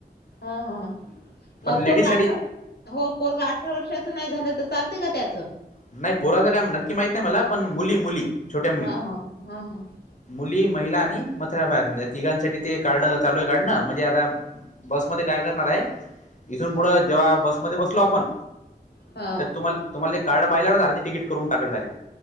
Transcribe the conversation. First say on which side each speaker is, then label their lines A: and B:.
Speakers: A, on the left; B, on the left.
A: हा हा ह म
B: लेडीज
A: पोरग
B: साठी
A: अठरा हो पोरग अठरा वर्षाच नाही झालं तर चालतय का त्याचं?
B: नाही पोराचं काय नक्की माहित नाही मला. पण मुली मुली. छोट्या मुली
A: ह ह. ह ह.
B: मुली, महिला आणि मथाऱ्या बाया. या समजा तिघांसाठी ते कार्ड चालूय काढणं. म्हणजे आता बसमध्ये काय करणारे. इथून पुढं जेव्हा बसमध्ये बसलो आपण
A: हा
B: तर तुम्हाला तुम्हाला ते कार्ड पाहिल्यावर अर्ध तिकट करून टाकल डायरेक्ट.